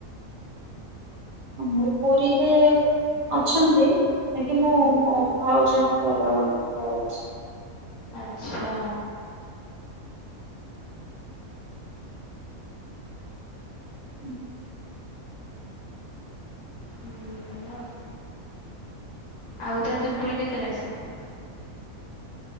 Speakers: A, on the right; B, on the left.
A: ମୁଁ ପୁରୀରେ ଅଛନ୍ତି କିି ମୁଁ ମୋ ଭାଉଜଙ୍କର <unintelligible>
B: ଆଚ୍ଛା।
A: ହୁଁ।
B: ହୁଁ ଭଲ ଆଉ। ଆଉଥରେ ତମେ ପୁରୀ କେତେଳେ ଆସିବ?